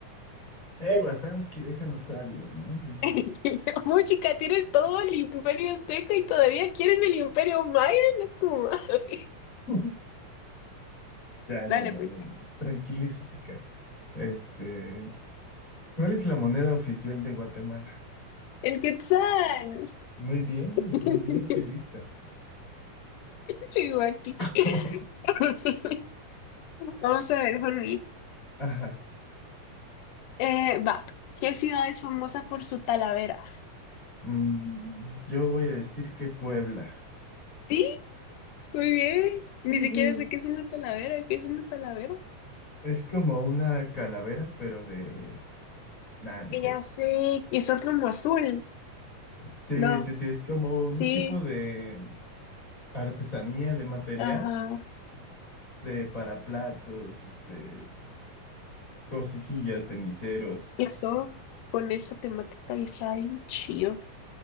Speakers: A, on the left; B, on the left.
A: Eh, Wazowski, déjanos algo, ¿no? Dices.
B: <laughs> Muy chica, tienen todo el imperio azteca y todavía quieren el imperio maya, no tu madre.
A: <laughs> Ya,
B: Dale
A: ya, ya,
B: pues.
A: ya, ya. Tranquilízate, Kat. Este, ¿cuál es la moneda oficial de Guatemala?
B: El Quetzal.
A: Muy bien,
B: <laughs>
A: muy bien, qué lista.
B: Sigo aquí.
A: <laughs>
B: <laughs> Vamos a ver, Jorge.
A: Ajá.
B: Eh, va. ¿Qué ciudad es famosa por su talavera?
A: Mm, Yo voy a decir que Puebla.
B: Sí, muy bien. Ni
A: Yujú.
B: siquiera sé qué es una talavera. ¿Qué es una talavera?
A: Es como una calavera, pero de... Nada, no
B: Y
A: es cierto.
B: Ya sé. Es como azul.
A: Sí,
B: No.
A: sí, sí, es como
B: Sí.
A: un tipo de artesanía de material,
B: Ajá.
A: de para platos, este, cosillas, ceniceros.
B: Eso. Con esta temática y está bien chido.